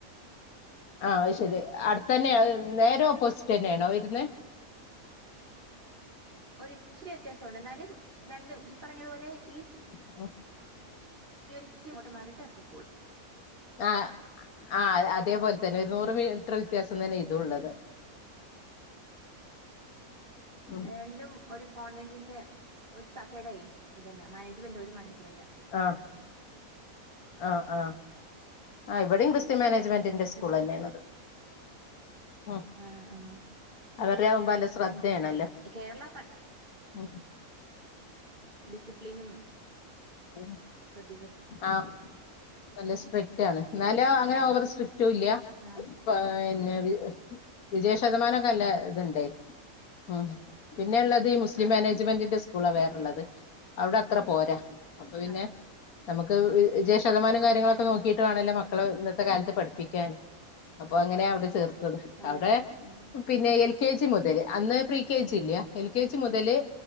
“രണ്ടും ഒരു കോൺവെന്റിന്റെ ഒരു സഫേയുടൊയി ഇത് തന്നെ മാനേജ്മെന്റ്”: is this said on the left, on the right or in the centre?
Right